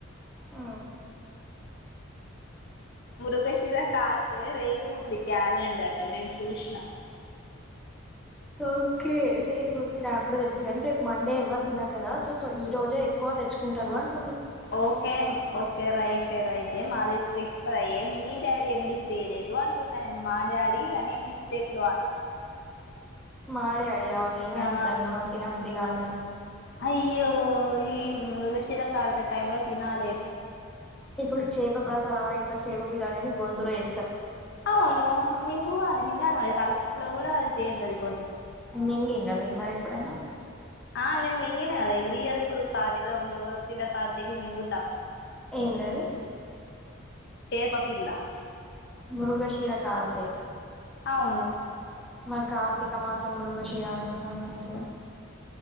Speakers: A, in the centre; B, on the left (about 55°).
A: ఆ
B: మృగశిర కార్తె రేపు ఉంది క్యాలెండర్ లో నేను చూసిన
A: ఓకే రేపుంది నాకు కూడా తెలుసు కండి రేపు మండే ఎవ్వరు తిన్నారు కదా సో సో ఈ రోజే ఎక్కువ తెచ్చుక. కుంటారు ఆ
B: ఓకే ఓకే రైట్ రైట్ మాది ఫ్రష్ ఫ్రై మీ ఎందుకు తెేలిదు అంటున్నా నేను మా డాడీ అని మిస్టేక్ లో అన్నా.
A: మా డాడీ మేమే
B: ఆ
A: వద్దన్నాం అది తినబుద్ది కాలే అని
B: అయ్యో ఈ మృగశిర కాలద టైమ్ంలో లో తినాల
A: ఇప్పుడు చేప ప్రసాదం అని ఇట్లా చేప పిలాని అని గొంతులో వే
B: అవును మింగు అది మింగ అ మరి తలపు కూడా అది తేర్తది
A: మింగిడ్రా మీర్ మరి ఎప్పుడైనా
B: ఆ నేను మింగినా కదా ఎవ్రీ ఇయర్ కుడు కావ మృగశిర కార్తి కి మింగుత
A: ఏందది
B: చేపా పిల్లా
A: మృగశిర కార్తి
B: అవును
A: మన కార్తీక మాసం మృగశిర అంటున్నారు ఏంటి